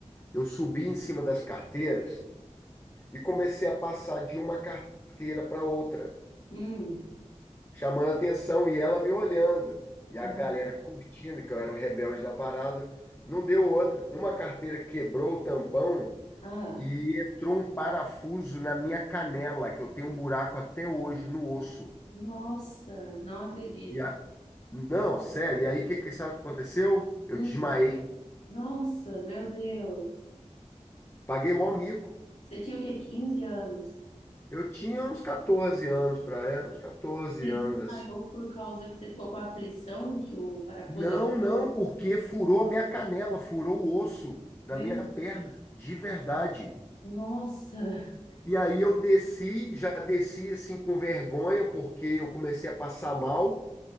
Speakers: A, on the left; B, on the left.
A: eu subi em cima das carteiras e comecei a passar de uma carteira para outra,
B: uhum,
A: chamando atenção e ela me olhando. E
B: aham,
A: a galera curtindo que eu era o rebelde da parada. Não deu outra. Uma carteira quebrou o tampão
B: ah,
A: e entrou um parafuso na minha canela, que eu tenho um buraco até hoje no osso.
B: nossa, não acredito.
A: E a... Não, sério. E aí, que, que, sabe o que aconteceu?
B: Hum,
A: Eu desmaiei.
B: nossa, meu Deus.
A: Paguei mó mico.
B: Você tinha o quê? 15 anos?
A: Eu tinha uns 14 anos para, é, uns 14
B: Você
A: anos
B: desmaiou
A: assim.
B: por causa que você ficou com a aflição que o parafuso.
A: Não,
B: aqui.
A: não, porque furou a minha canela, furou o osso da
B: Meu,
A: minha perna, de verdade.
B: nossa,
A: E aí eu desci, já desci assim com vergonha, porque eu comecei a passar mal.